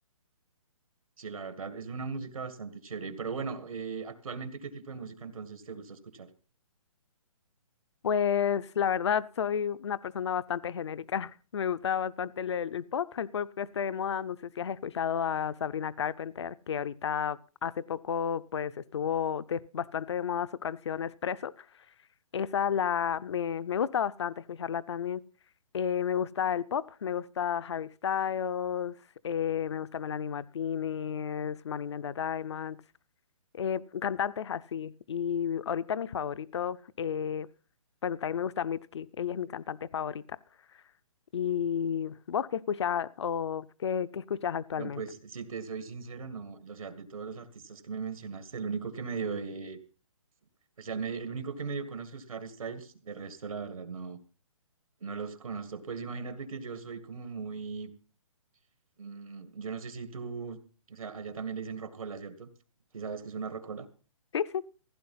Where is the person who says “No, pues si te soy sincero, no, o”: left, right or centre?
Right